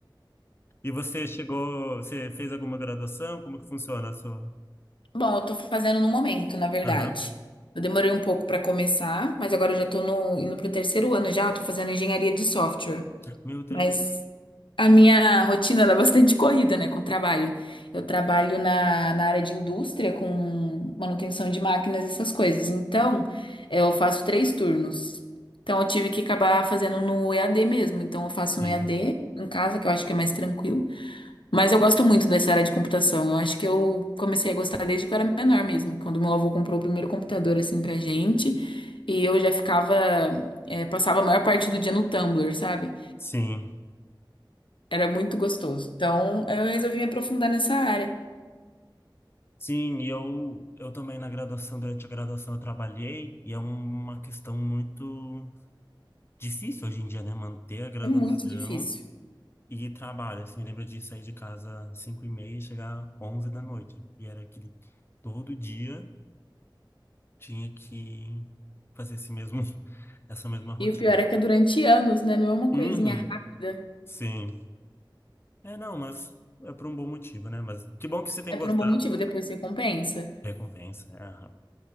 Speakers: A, on the left; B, on the left.
A: E você chegou, você fez alguma graduação? Como que funciona a sua?
B: Bom, eu tô fazendo no momento, na verdade.
A: Aham.
B: Eu demorei um pouco pra começar, mas agora eu já tô no, indo pro terceiro ano já, eu tô fazendo engenharia de software.
A: Meu Deus.
B: Mas A minha rotina ela é bastante <laughs> corrida, né, com o trabalho. Eu trabalho na, na área de indústria com manutenção de máquinas e essas coisas. Então, eu faço três turnos. Então, eu tive que acabar fazendo no EAD mesmo. Então, eu faço
A: Sim.
B: no EAD em casa, que eu acho que é mais tranquilo. Mas eu gosto muito dessa área de computação. Eu acho que eu comecei a gostar desde que eu era menor mesmo, quando meu avô comprou o primeiro computador assim pra gente. E eu já ficava, eh, passava a maior parte do dia no Tumblr, sabe?
A: Sim.
B: Era muito gostoso. Então, eu resolvi me aprofundar nessa área.
A: Sim, e eu, eu também na graduação, durante a graduação eu trabalhei, e é uma questão muito difícil hoje em dia, né? Manter a graduação
B: É muito difícil.
A: E trabalho, assim, eu lembro de sair de casa às 5 e meia e chegar às 11 da noite. E era aquele... Todo dia tinha que fazer esse mesmo... <laughs> essa mesma rotina.
B: E o pior é que é durante anos, né? Não é uma
A: Uhum,
B: coisinha rápida.
A: sim. É, não, mas é por um bom motivo, né? Mas que bom que você tem
B: É
A: gostado.
B: por um bom motivo, depois você compensa.
A: Recompensa. é, aham.